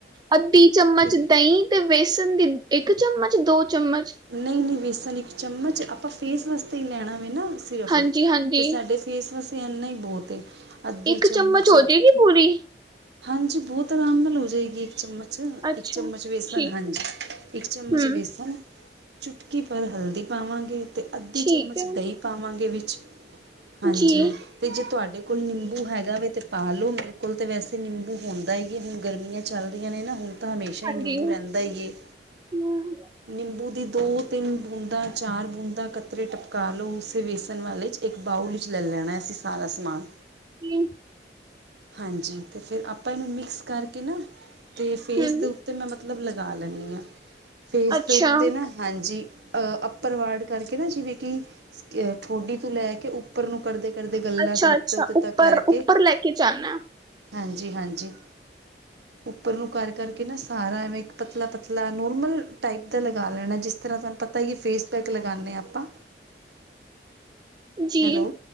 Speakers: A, on the right; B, on the right.
A: ਅੱਧੀ ਚਮੱਚ
B: ਇੱਕ
A: ਦਈ ਤੇ ਵੇਸਣ ਦੀ ਇੱਕ ਚੱਮਚ, ਦੋ ਚੱਮਚ
B: ਨਹੀਂ-ਨਹੀਂ ਵੇਸਨ ਇੱਕ ਚੱਮਚ। ਆਪਾਂ ਫੇਸ ਵਾਸਤੇ ਈ ਲੈਣਾ ਵੇ ਨਾ। ਠੀਕ ਐ
A: ਹਾਂਜੀ
B: ਫਿਰ
A: ਹਾਂਜੀ
B: ਤੇ ਸਾਡੇ ਫੇਸ ਵਾਸਤੇ ਐਨਾ ਹੀ ਬਹੁਤ, ਅੱਧੀ
A: ਇੱਕ
B: ਚਮਚ
A: ਹੋ ਜਾਏਗੀ ਪੂਰੀ
B: ਹਾਂਜੀ ਬੋਤ ਆਰਾਮ ਨਾਲ ਹੋ ਜਾਏਗੀ ਇੱਕ ਚਮਚ 'ਚ,
A: ਅੱਛਾ
B: ਇੱਕ ਚਮਚ ਬੇਸਨ,
A: ਠੀਕ
B: ਹਾਂਜੀ।
A: ਹੈ
B: ਇੱਕ ਚਮਚ
A: ਹੂੰ
B: ਬੇਸਨ ਚੁੱਟਕੀ ਭਰ ਹਲਦੀ ਪਾਵਾਂਗੇ ਤੇ ਅੱਧੀ
A: ਠੀਕ
B: ਚਮਚ
A: ਹੈ
B: ਦਈ ਪਾਵਾਂਗੇ ਵਿੱਚ ਹਾਂਜੀ,
A: ਜੀ
B: ਤੇ ਜੇ ਤੁਹਾਡੇ ਕੋਲ ਨਿੰਬੂ ਹੈਗਾ ਵੇ ਤੇ ਪਾ ਲੋ। ਮੇਰੇ ਕੋਲ ਤਾਂ ਵੈਸੇ ਨਿੰਬੂ ਹੁੰਦਾ ਈ ਏ। ਹੁਣ ਗਰਮੀਆਂ ਚੱਲਦੀਆਂ ਨੇ ਨਾ। ਹੁਣ ਤਾਂ ਹਮੇਸ਼ਾ ਈ
A: ਹਾਂਜੀ
B: ਨਿੰਬੂ ਰਹਿੰਦਾ ਈ ਏ।
A: <inaudible>
B: ਨਿੰਬੂ ਦੀ ਦੋ-ਤਿੰਨ ਬੂੰਦਾ, ਚਾਰ ਬੂੰਦਾ, ਕਤਰੇ ਟਪਕਾ ਲ‌ਓ। ਉਸੇ ਵੇਸਣ ਵਾਲੇ 'ਚ ਇੱਕ ਬਾਊਲ ਵਿੱਚ ਲੈ ਲੈਣਾ, ਅਸੀਂ ਸਾਰਾ ਸਮਾਨ।
A: ਜੀ
B: ਹਾਂਜੀ ਤੇ ਫਿਰ ਆਪਾਂ ਇਹਨੂੰ ਮਿਕਸ ਕਰਕੇ ਨਾ ਤੇ ਫੇਸ
A: ਹੂੰ
B: ਦੇ ਉੱਤੇ ਮੈਂ ਮਤਲਬ ਲਗਾ ਲੈਂਦੀ ਆਂ। ਫੇਸ
A: ਅੱਛਾ
B: ਦੇ ਉੱਤੇ ਨਾ ਹਾਂਜੀ ਅੱਪਰ ਵਰਡ ਕਰਕੇ ਨਾ ਜਿਵੇਂ ਕਿ ਠੋਡੀ ਤੋਂ ਲੈ ਕੇ ਉਪ ਰ ਨੂੰ ਕਰਦੇ-ਕਰਦੇ ਗੱਲਾਂ
A: ਅੱਛਾ
B: ਦੇ ਉੱਤੇ-ਉਤੇ
A: ਅੱਛਾ
B: ਤਕ
A: ਉੱਪਰ
B: ਕਰਕੇ
A: ਉੱਪਰ ਲੈ ਕੇ ਜਾਣਾ
B: ਹਾਂਜੀ-ਹਾਂਜੀ ਉੱਪਰ ਨੂੰ ਕਰ ਕਰਕੇ ਨਾ ਸਾਰਾ ਐਵੇਂ ਇੱਕ ਪਤਲਾ-ਪਤਲਾ ਨੋਰਮਲ ਟਾਈਪ ਦਾ ਲਗਾ ਲੈਣਾ। ਜਿਸ ਤਰ੍ਹਾਂ ਤੁਹਾਨੂੰ ਪਤਾ ਹੀ ਫੇਸ ਪੈਕ ਲਗਾਦੇ ਹਾਂ। ਆਪਾਂ
A: ਜੀ
B: ਹੈਲੋ